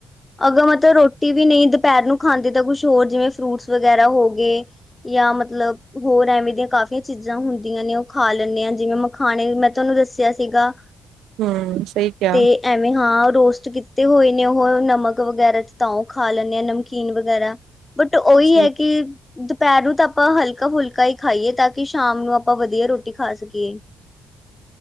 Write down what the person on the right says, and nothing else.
ਹਮ ਸਹੀ ਕਿਹਾ।
ਸਹੀ